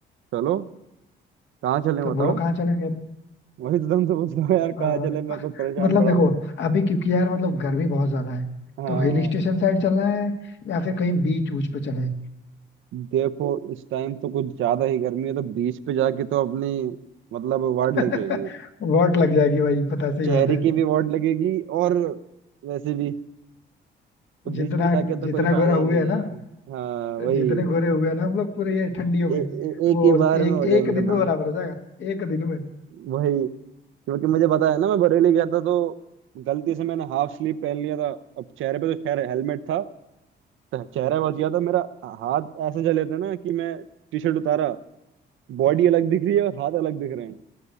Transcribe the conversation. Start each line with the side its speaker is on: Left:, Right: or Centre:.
Right: चलो कहाँ चलें
Left: तो
Right: बताओ
Left: बोलो कहाँ चले फिर
Right: वही तो तुमसे पूछ रहा हूँ यार
Left: अ,
Right: कहाँ चले मैं कुछ परेशान
Left: मतलब
Right: बड़ा
Left: देखो
Right: हूँ
Left: अभी क्योंकि यार मतलब गर्मी बहुत ज्यादा है
Right: हाँ
Left: तो हिल स्टेशन साइड चलना है या फिर कहीं बीच ऊच पे चले
Right: देखो इस टाइम तो कुछ ज्यादा ही गर्मी है तो बीच पे जाके तो अपनी मतलब वार्ड
Left: <laughs>
Right: लग जाएगी
Left: वॉट लग जाएगी भाई पता सही
Right: चेहरे
Left: बात है
Right: की भी वार्ड लगेगी और वैसे भी तो बीच
Left: जितना
Right: पे आके तो
Left: जितना
Right: कोई फायदा
Left: गोरा
Right: ही
Left: हुए
Right: नहीं
Left: है
Right: है
Left: ना
Right: हाँ वही
Left: जितने गोरे हुए हैं ना हम लोग पूरे ये ठंडियों में
Right: ए, ए,
Left: वो
Right: एक ही बार में
Left: एक
Right: हो जाएंगे
Left: एक दिन
Right: खत्म
Left: में बराबर हो जाएगा एक दिन में
Right: वही क्योंकि मुझे पता है ना मैं बरेली गया था तो गलती से मैंने हाफ स्लीव पहन लिया था अब चेहरे पे तो खैर हेलमेट था तो चेहरा बच गया था मेरा हाथ ऐसे जले थे ना कि मैं टी शर्ट उतारा बॉडी अलग दिख रही है और हाथ अलग दिख रहे हैं